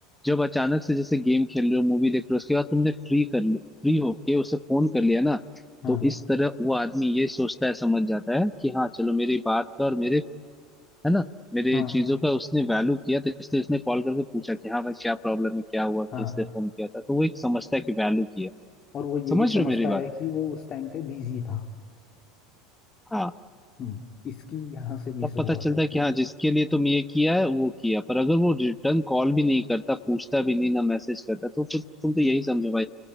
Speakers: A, in the centre; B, on the left (about 35°).
A: जब अचानक से जैसे गेम खेल रहे हो मूवी देख रहे हो उसके बाद तुमने फ्री कर लिया फ्री होके उसे फोन कर लिया ना
B: हाँ
A: तो इस तरह वो आदमी ये सोचता है समझ जाता है कि हाँ चलो मेरी बात का और मेरे है ना मेरे
B: हाँ
A: चीजों का उसने वैल्यू किया तो इसलिए उसने कॉल करके पूछा कि हाँ भाई क्या प्रॉब्लम है क्या हुआ
B: हाँ
A: कि इसलिए फोन किया था तो वो एक समझता है कि वैल्यू किया
B: और वो ये
A: समझ
B: भी समझता
A: रहे हो मेरी बात
B: है कि वो उस टाइम पे बिजी था
A: हाँ
B: हम्म इसकी यहाँ से भी
A: तब
B: शुरुआत
A: पता चलता
B: होती
A: है कि
B: है
A: हाँ जिसके लिए तुम ये किया है वो किया पर अगर वो रिटर्न कॉल भी नहीं करता पूछता भी नहीं ना मैसेज करता तो फिर तुम तो यही समझो भाई